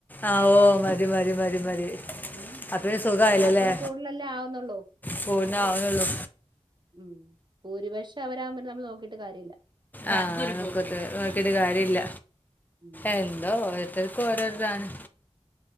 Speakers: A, on the left; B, on the right.
A: ആ ഓ മതി മതി മതി മതി
B: ഉം
A: അപ്പം സുഖമായില്ലല്ലേ
B: ഒരാൾക്കൂടെ കൂടുതല എല്ലാം ആവുന്നുള്ളൂ.
A: പൂർണ്ണമാവുന്നുള്ളൂ
B: ഉം ഭൂരിപക്ഷം അവരാവുമ്പോറ്റേ നമ്മൾ നോക്കിട്ട് കാര്യല്ല.
A: ആ നക് നോകിട്ട് കാര്യല്ല
B: ഉം ഉം, ഉം.
A: എന്തോഒ ഓരോര്തക്ക്ഓരോതാണ്